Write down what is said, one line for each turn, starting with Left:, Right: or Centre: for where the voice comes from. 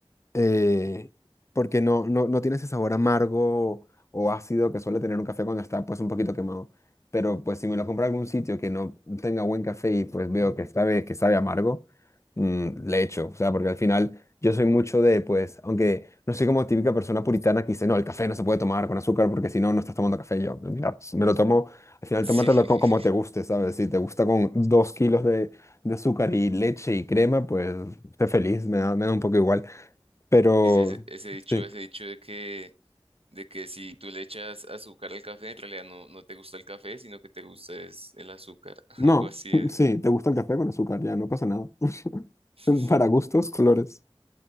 Left: eh, porque no, no, no tiene ese sabor amargo o ácido que suele tener un café cuando está pues un poquito quemado. Pero pues si me lo compro en algún sitio que no tenga buen café y pues veo que sabe, que sabe amargo, mm, le echo. O sea, porque al final yo soy mucho de pues, aunque no soy como típica persona puritana que dice, no, el café no se puede tomar con azúcar porque si no, no estás tomando café. Yo, mira, me lo tomo, al final
Right: Sí,
Left: tómatelo
Right: <laughs>
Left: co- como te guste, ¿sabes? Si te gusta con dos kilos de de azúcar y leche y crema, pues Sé feliz, me da, me da un poco igual. Pero
Right: dice ese, ese dicho,
Left: sí.
Right: ese dicho de que, de que si tú le echas azúcar al café, en realidad no, no te gusta el café, sino que te gusta es el azúcar, <laughs> algo
Left: No,
Right: así
Left: <laughs>
Right: es.
Left: sí, te gusta el café con azúcar, ya no pasa nada. <laughs>
Right: <laughs>
Left: Para gustos, colores.